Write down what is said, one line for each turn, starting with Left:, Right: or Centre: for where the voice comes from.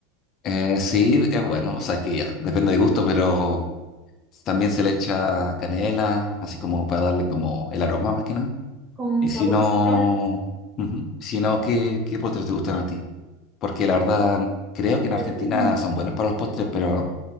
Left: eh, sí, es bueno, o sea, es que ya, depende de gusto, pero También se le echa canela, así como para darle como el aroma más que nada.
Right: con un
Left: Y
Right: saborcito.
Left: si no, ujú, si no, ¿qué, qué postres te gustan a ti? Porque la verdad, creo que en
Right: Mm,
Left: Argentina son buenos para los postres, pero